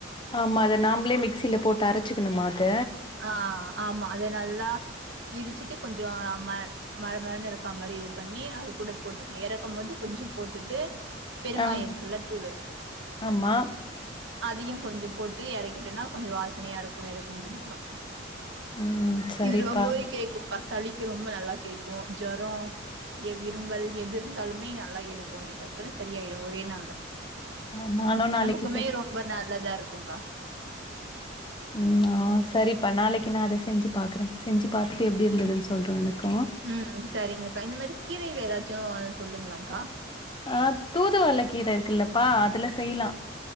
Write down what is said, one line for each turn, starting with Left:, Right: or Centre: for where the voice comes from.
Left: ஆமா அத நாம்பளே மிக்சியில போட்டு அரச்சுக்கணுமா அத
Right: ஆ ஆமா அத நல்லா இடிச்சிட்டு கொஞ்ச நம்ம மழ மழன்னு இருக்கா மாதிரி இது பண்ணி அது கூட போட்டுகனு இறக்கும் போது கொஞ்ச போட்டுட்டு பெருங்காய
Left: ஆ
Right: இருக்குல்ல தூள்
Left: ஆமா
Right: அதியு கொஞ்ச போட்டு இறக்கிட்டோன்னா கொஞ்ச வாசனையா இருக்கும் க்கு அப்பற
Left: ம் சரிப்பா
Right: இது ரொம்பவே கேடக்கும் சளிக்கு ரொம்ப நல்லா கேக்கும் ஜொர இரும்பல் எது இருந்தாலுமே நல்லா எடுக்கும் இது டக்குன்னு சரியாயிடு ஒரே நாள்ல
Left: ஆ நானு நாளைக்கி
Right: எப்பமே ரொம்ப நல்லதா இருக்குக்கா
Left: ம் ஆ சரிப்பா நாளைகி நா அத செஞ்சி பாக்குற செஞ்சி பாத்துட்டு எப்டி இருந்ததுன்னு சொல்ற உங்களுக்கு
Right: ம் சரிங்க அக்கா இந்த மாதிரி கீரையில ஏதாச்சும் சொல்லுங்களா அக்கா
Left: ஆ தூதுவல கீர இருக்குல்லபா அதுல செய்லா